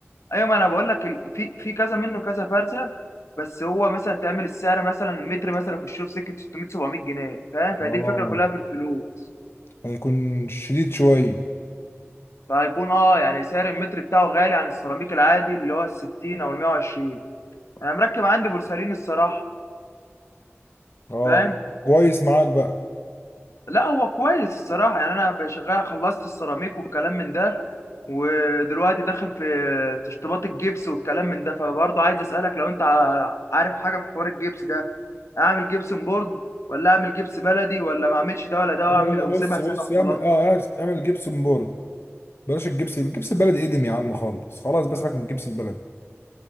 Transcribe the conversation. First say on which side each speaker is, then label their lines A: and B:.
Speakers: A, on the left (about 80°); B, on the left (about 55°).
A: ايوه ما انا بقول لك ال- في في كذا منه كذا فرزه بس هو مثلا تعمل السعر مثلا المتر مثلا يخش له في سكه 600 700 جنيه فاهم فدي
B: اه
A: الفكره كلها في الفلوس
B: هيكون شديد شويه
A: فهيكون اه يعني سعر المتر بتاعه غالي عن السيراميك العادي اللي هو ال 60 او ال 120 انا مركب عندي بورسلين الصراحه
B: اه
A: فاهم
B: كويس معاك بقى
A: لا هو كويس الصراحة يعني أنا شغال خلصت السيراميك والكلام من ده ودلوقتي داخل في تشطيبات الجبس والكلام من ده فبرضه عايز أسألك لو أنت ع- عارف حاجة في حوار الجبس ده أعمل جبسن بورد ولا أعمل جبس بلدي ولا ما أعملش ده ولا ده
B: لا
A: وأعمل
B: لا لا
A: وأسيبها
B: بص بص
A: سنة وخلاص
B: اعمل اه اعمل جبسون بورد بلاش الجبس الجبس البلدي ادم يا عم خالص خلاص بس سيبك من الجبس البلدي